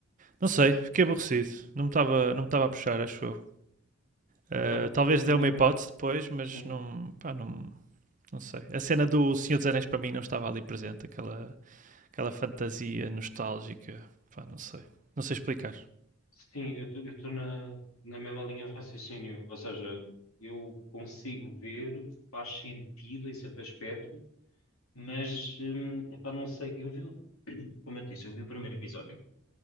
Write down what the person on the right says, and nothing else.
não sei, fiquei aborrecido. Não me estava não me estava a puxar, acho eu. Uh,
talvez
dê
uma hipótese depois, mas
não, pá, não, não sei. A cena do Senhor dos Anéis para mim não estava ali presente, aquela aquela fantasia nostálgica. Pá, não sei. Não sei explicar.